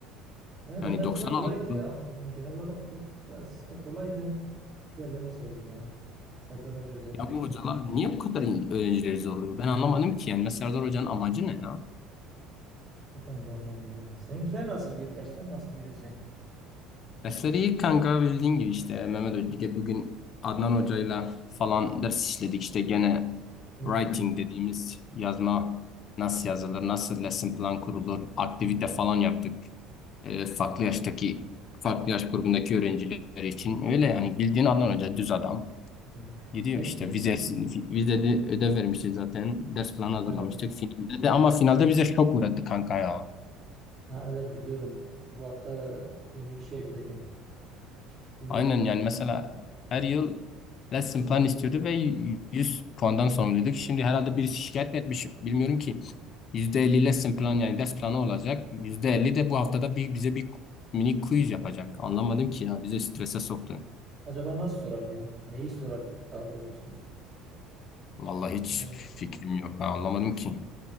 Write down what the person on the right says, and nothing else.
E, Mehmet
Hoca kolaydı
ya. Yani genel olarak o- biraz o kolaydı. Diğerleri zordu ya. Serdar Hoca özellikle.
O Ben de anlamıyorum. Seninkiler nasıl gidiyor? Dersler nasıl gidiyor senin?
Hmm.
hmm.
Peki
evet.
Ha, evet biliyorum. Bu hafta yeni bir şey ekledim. Bu
acaba nasıl sorar ya? Neyi sorar daha doğrusu?
Yani,